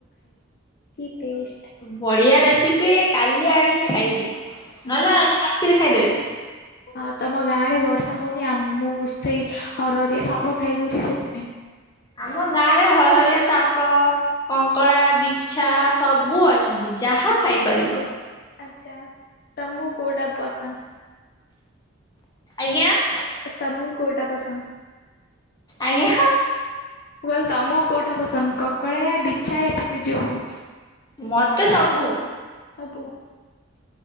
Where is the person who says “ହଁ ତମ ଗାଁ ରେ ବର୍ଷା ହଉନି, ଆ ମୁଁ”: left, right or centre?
Left